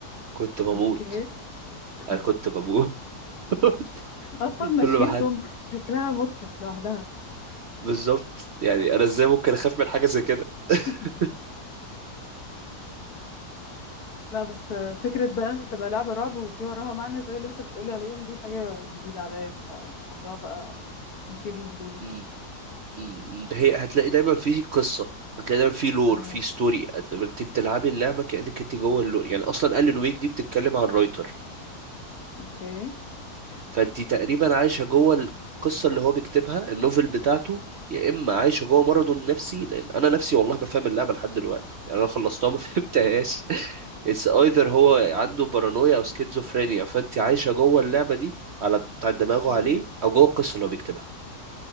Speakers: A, on the right; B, on the left.
A: كنت بموت
B: اوكي <laughs>
A: انا كنت بموت <laughs>
B: اصلا مشيتهم
A: كل ما حد
B: شكلها مضحك لوحدها
A: بالظبط يعني انا ازاي ممكن اخاف من حاجه زي كده <laughs>
B: <laughs> لا بس فكرة بقى ان تبقى لعبة رعب وفي وراها معنى زي اللي انت بتقولي عليهم دي حاجة جديدة عليا فالموضوع بقى مثير لفضولي
A: م- م- هي هتلاقي دايما في قصه هتلاقي دايما في لور
B: ايوه
A: في ستوري انت بتلعبي اللعبه كانك انت جوه اللور يعني اصلا قال لي نويك دي بتتكلم عن رايتر
B: اوكي
A: فانت تقريبا عايشه جوه القصه اللي هو بيكتبها النوفل بتاعته يا اما عايشه جوه مرضه النفسي لان انا نفسي والله ما فاهم اللعبه لحد دلوقتي يعني انا خلصتها ما <laughs> فهمتهاش اتس ايذر هو عنده بارانويا او سكيزوفرينيا فانت عايشه جوه اللعبه دي على بتاع دماغه
B: اوكي
A: عليه او جوه القصه اللي هو بيكتبها